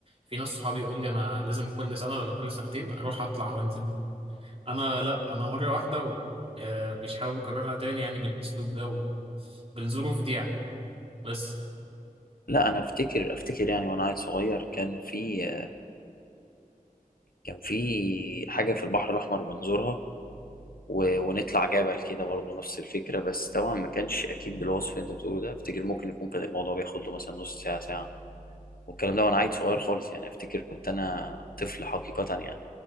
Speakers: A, on the right (about 45°); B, on the left (about 90°).
A: في ناس صحابي يقول لي أنا لازم كل سنة ولا كل سنتين أروح أطلع وأنزل أنا لأ أنا مرة واحدة و آه، مش حابب أكررها تاني يعني بالأسلوب ده وبالظروف دي يعني بس
B: لا انا افتكر افتكر يعني وانا عيل صغير كان في كان في حاجه في البحر الاحمر بنزورها و... ونطلع جبل كده برضه نفس الفكره بس طبعا ما كانش اكيد بالوصف اللي انت بتقوله ده افتكر ممكن يكون كان الموضوع بياخد له مثلا نص ساعه ساعه والكلام ده وانا عيل صغير خالص يعني افتكر كنت انا طفل حقيقه يعني